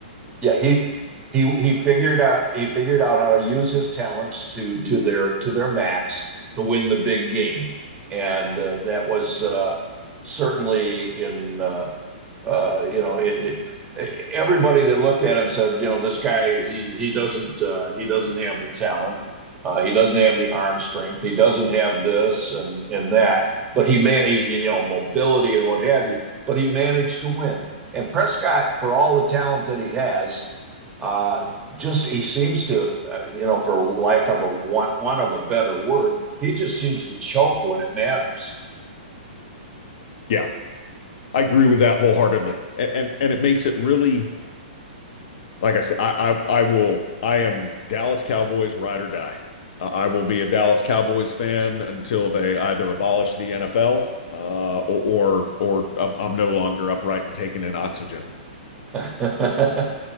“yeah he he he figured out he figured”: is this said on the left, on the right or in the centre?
Right